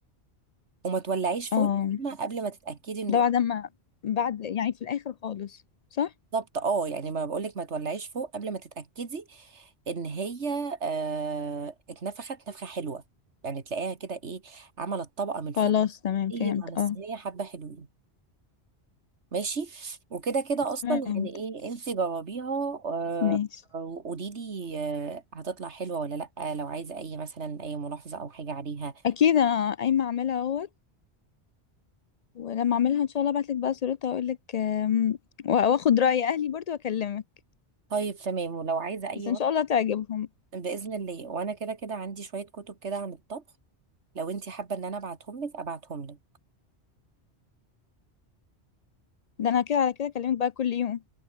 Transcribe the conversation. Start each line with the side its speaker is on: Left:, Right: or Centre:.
Right: وما تولعيش فوق
Left: اه
Right: يا سيما قبل ما تتاكدي انه
Left: ده بعد ما بعد يعني في الاخر خالص صح
Right: بالظبط اه يعني ما بقولك ما تولعيش فوق قبل ما تتاكدي ان هي آه اتنفخت نفخه حلوه يعني تلاقيها كده ايه عملت طبقه من فوق
Left: خلاص تمام
Right: قلت
Left: فهمت
Right: عن الصينيه
Left: اه
Right: حبه حلوين ماشي وكده كده
Left: تمام
Right: اصلا
Left: فهمت
Right: يعني ايه انت جربيها آه،
Left: ماشي
Right: وقولي لي آه، هتطلع حلوه ولا لا لو عايزه اي مثلا اي ملاحظه او حاجه عليها
Left: اكيد انا قايمه اعملها اهوت ولما اعملها ان شاء الله ابعتلك بقى صورتها واقول لك آم، وا- واخد راي اهلي برضو واكلمك
Right: طيب تمام ولو عايزه اي
Left: بس ان
Right: وقت
Left: شاء الله تعجبهم
Right: باذن الله وانا كده كده عندي شويه كتب كده عن الطبخ لو انت حابه ان انا ابعتهم لك ابعتهم لك
Left: ده انا كده على كده اكلمك بقى كل يوم